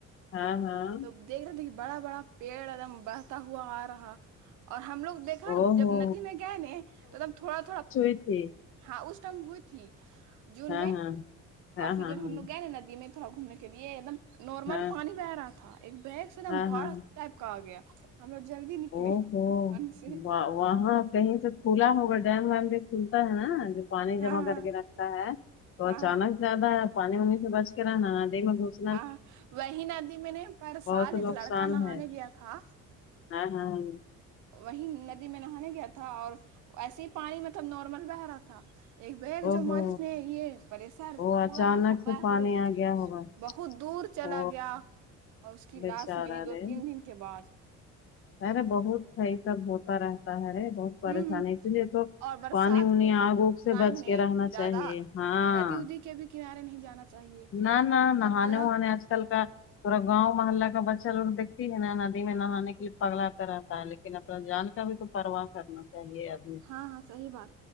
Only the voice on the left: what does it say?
ہاں ہاں
او
ہو
تھے
ہاں
ہاں ہاں
ہاں
ہاں
ہاں
ہاں
ہاں
او ہو
وہاں کہیں سے کھلا ہوگا ڈیم ویم بھی کھلتا ہے جو پانی جمع
کر کے رک تا ہے تو اچانک
زیادہ ہے پانی وانی سے بچ کے رہنا دن میں گھس
بہت
نقصان
ہے
ہاں ہاں ہاں
او
ہو
او
اچانک
سے پانی
آ گیا ہوگا
او
بیچارہ
رے
ارے بہت صحیح سب ہوتا رہتا ہے رے بہت پریشانی
اس لیے تو
پانی وانی
آگ وگ سے
بچ
کے رہنا
چاہیے ہاں
نہ نہ نہانے
وانے آج کل کا پورا گاؤں محلہ کا بچہ لوگ دیکتی ہے نا ندی میں نہانے کے لیے پگلا تا رہتا ہے لیکن اپنا جان کا بھی تو پرواہ کرنا چاہیے اب